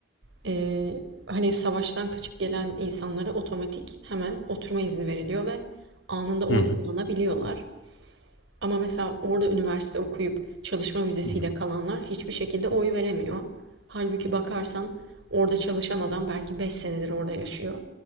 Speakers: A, on the right; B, on the left.
A: eee, hani savaştan kaçıp gelen insanlara otomatik hemen oturma izni veriliyor ve anında oy
B: Hı hı.
A: kullanabiliyorlar. Ama mesela orada üniversite okuyup çalışma vizesiyle
B: hı hı.
A: kalanlar hiçbir şekilde oy veremiyor. Halbuki bakarsan orada çalışan adam belki 5 senedir orada yaşıyor.